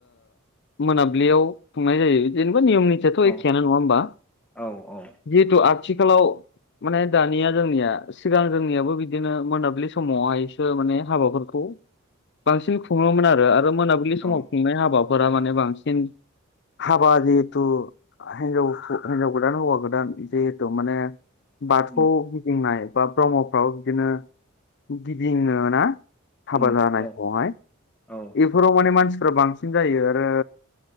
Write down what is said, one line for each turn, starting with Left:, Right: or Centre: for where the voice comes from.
Left: मोनाबिलियाव थांनाय जायो बिदिनो। नियम निथियाथ'
Centre: औ
Left: एखेयानो नङा होमबा
Centre: औ औ
Left: जिहेतु आथिखालाव। माने दानिया जोंनिया सिगां जोंनियाबो बिदिनो मोनाबिलि समावहायसो माने हाबाफोरखौ। बांसिन खुङोमोन आरो आरो मोनाबिलि
Centre: औ
Left: समाव खुंनाय हाबाफोरा माने बांसिन। हाबा जिहेतु हजाव हिजाव गोदान हौवा गोदान जिह माने बाथौखौ
Centre: उम
Left: गिदिंनाय बा ब्रह्मफ्राव बिदिनो गिदिङो ना? हाबा
Centre: उम
Left: जानाय
Centre: औ
Left: समावहाय
Centre: औ
Left: बेफोराव माने मानसिफ्रा बांसिन जायो आरो।